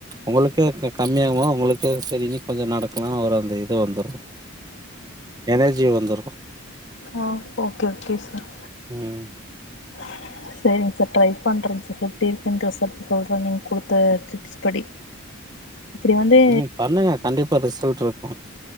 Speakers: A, on the right (about 20°); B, on the left (about 55°).
A: உங்களுக்கே கம்மியாமோ உங்களுக்கே செரி இன்னு கொஞ்சம் நடக்கலாம்னு ஒரு அந்த இது வந்துடும் எனர்ஜி வந்துரும்
B: ஆ ஓகே ஓகே சார்
A: ம்
B: ஆகே செரிங்க சார் ட்ரை பண்றேங்க சார் எப்டி <unintelligible> இருக்குன்னு ரிசல்ட் சொல்றேன் நீங்க கொடுத்த ப்ஸ் படி இப்படி வந்து
A: ம் பண்ணுங்க கண்டிப்பா ரிசல்ட் வரோ